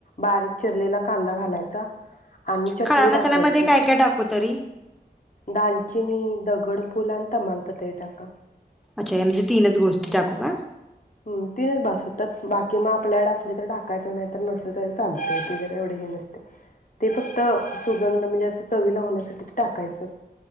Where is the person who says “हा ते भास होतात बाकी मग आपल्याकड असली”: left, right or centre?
Left